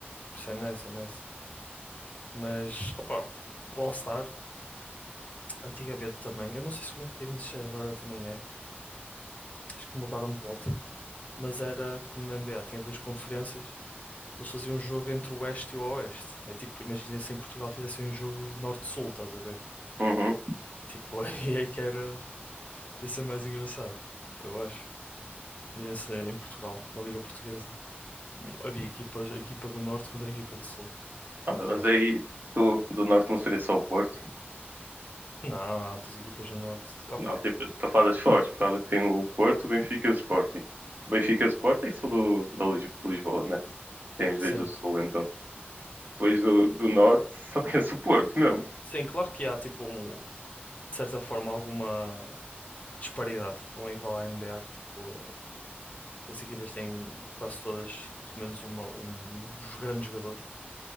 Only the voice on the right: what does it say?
Uhum.
Ah,
mas
aí do, do norte não seria só o Porto.
Não, tipo, estou a falar das fortes, por causa que tem o Porto, o Benfica e o Sporting. O Benfica e o Sporting são do, da Lis- de Lisboa, né? Tem os
dois do Sul, então. Depois do, do Norte, <laughs> só conheço o Porto mesmo.